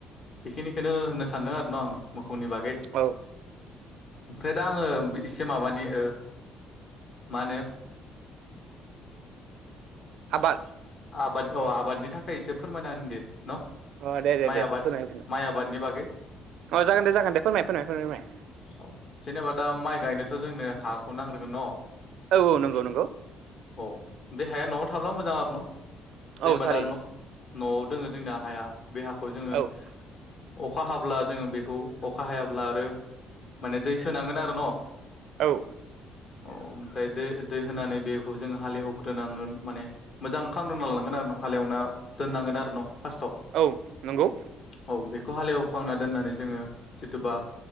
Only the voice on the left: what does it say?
बेखिनिखौनो होननो सानदों आरो न आं मोखौनि बागै।
ओमफ्राय दा आङो एसे माबानि ओ मा होनो
आबाद औ आबादनि थाखाय एसे फोरमायना होनि दे न'
माइ
आबाद
माइ आबादनि बागै
औ जेनेबा दा माइ गायनोथ' जोंनो हाखौ नांग्रोगोन न'
औ बे हाया न'आव थाब्ला मोजां आरो न'
जेनेबा
दा न न'आव दोङो जोंना हाया बे हाखौ जोङो
अखा हाब्ला जोङो बेखौ अखा हायाब्ला आरो माने दै सोनांगोन आरो न'
औ ओमफ्राय दै दै होनानै बेखौ जों हालेवग्रोनांगोन माने मोजां खालामग्रोना लानांगोन आरो न हालेवना दोननांगोन आरो न' फार्स्टआव।
औ बेखौ हालेवखांना दोननानै जोङो जिथुबा